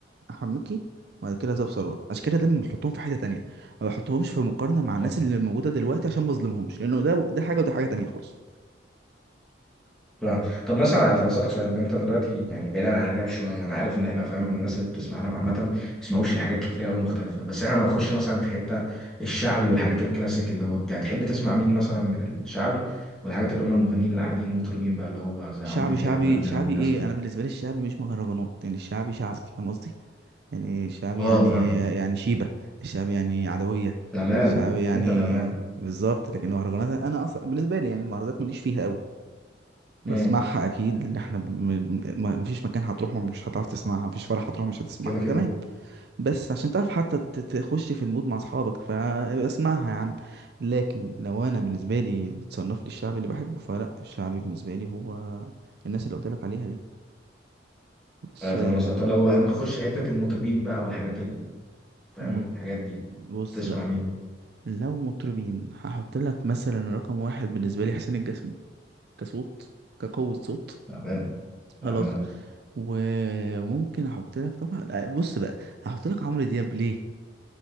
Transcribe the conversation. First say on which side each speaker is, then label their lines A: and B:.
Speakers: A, on the right (about 55°); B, in the centre.
A: حنوكي وبعد كده زاب ثروت عشان كده دايما بحطهم في حته تانية ما بحطهمش في مقارنه مع الناس
B: صح
A: اللي موجوده دلوقتي عشان ما اظلمهمش لانه ده ده حاجه وده حاجه تانية خالص
B: صح. طب مثلا طب اسالك سؤال انت دلوقتي يعني بعيدا عن الراب شويه انا عارف ان احنا فاهم الناس اللي بتسمع راب عامه ما بيسمعوش لحاجات كتيره قوي مختلفه بس احنا لو نخش مثلا في حته الشعبي والحاجات الكلاسيك اللي هو بتاع تحب تسمع مين مثلا من الشعبي والحاجات اللي هم المغنيين اللي قاعدين المطربين بقى اللي هو زي عمرو
A: شعبي
B: دياب
A: شعبي
B: انغام
A: شعبي
B: الناس
A: ايه
B: دي
A: انا بالنسبه لي الشعبي مش مهرجانات يعني الشعبي شعبي فاهم قصدي يعني الشعبي
B: اه
A: يعني
B: فاهم
A: يعني شيبه الشعبي يعني عدويه
B: فاهمان
A: الشعبي يعني
B: انت فاهمان
A: بالظبط لكن المهرجانات انا اصلا بالنسبه لي يعني المهرجانات ماليش فيها قوي بسمعها
B: امم
A: اكيد لان احنا ب- م- م- مفيش مكان هتروح مش هتعرف تسمعها مفيش فرح هتروح مش هتسمعها
B: كده كده
A: تمام بس عشان تعرف حتى ت- تخش في المود مع اصحابك فاسمعها يا عم لكن لو انا بالنسبه لي بتصنف لي الشعبي اللي بحبه فلا الشعبي بالنسبه لي هو الناس اللي قلت لك عليها دي بس
B: آه، فاهم
A: آه،
B: قصدك طب لو هنخش حتة المطربين بقى والحاجات ال... فاهم
A: مط-
B: الحاجات دي
A: بص
B: تسمع
A: بقى
B: مين؟
A: لو مطربين هحط لك مثلا رقم واحد بالنسبه لي حسين الجسمي كصوت كقوة صوت
B: فاهمان فاهمان
A: خلاص و- وممكن احط لك طبعا آه، بص بقى هحط لك عمرو دياب ليه